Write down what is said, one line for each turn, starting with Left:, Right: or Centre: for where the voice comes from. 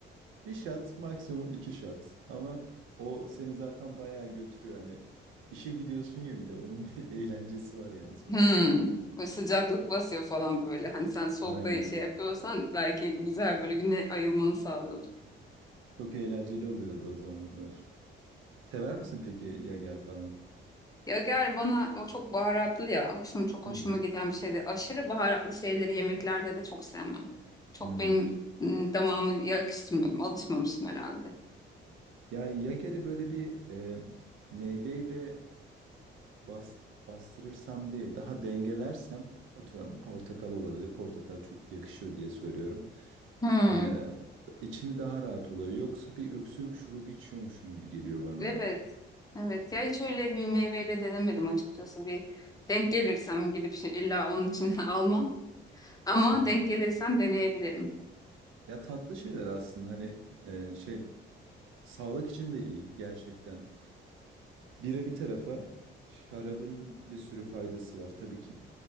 Right: Bir shot maksimum iki shot ama o seni zaten bayağı götürüyor hani işe gidiyorsun ya bir de onun <laughs> bir eğlencesi var yani sonuçta.
Left: Hmm. Böyle sıcaklık basıyor falan böyle. Hani sen soğukta
Right: Aynen.
Left: şey yapıyorsan belki güzel böyle güne ayılmanı sağlıyor.
Right: Çok eğlenceli oluyordu o zamanlar. Sever misin peki Yager falan?
Left: Ya gel bana o çok baharatlı ya. Hoşum çok
Right: Hı
Left: hoşuma
Right: hı.
Left: giden bir şeydi. Aşırı baharatlı şeyleri yemeklerde de çok sevmem. Çok
Right: Hmm.
Left: benim ım, damağımı yakıştırmıyorum. Alışmamışım herhalde.
Right: Ya Yager'i böyle bir e, meyveyle bas, bastırırsam değil daha dengelersem atıyorum portakal olabilir. Portakal çok yakışıyor diye söylüyorum.
Left: Hmm.
Right: Ee, içimi daha rahat oluyor. Yoksa bir öksürük şurubu içiyormuşum gibi geliyor bana
Left: Evet.
Right: da.
Left: Evet ya hiç öyle bir meyveyle denemedim açıkçası. Bir denk gelirsem gidip şey, illa onun için <laughs> almam. Ama
Right: Hı hı.
Left: denk gelirsem deneyebilirim.
Right: Ya tatlı şeyler aslında hani e, şey sağlık için de iyi gerçekten. Bira bir tarafa şarabın bir sürü faydası var. Tabii ki